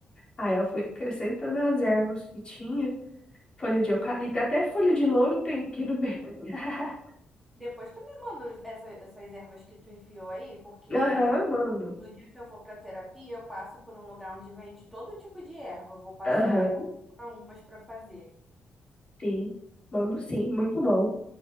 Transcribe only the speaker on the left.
Aí
eu fui acrescentando as ervas que tinha, folha
de eucalipto, até folha de louro tem aqui no meio. <laughs>
Aham, mando.
Aham,
sim. Mando sim, muito bom.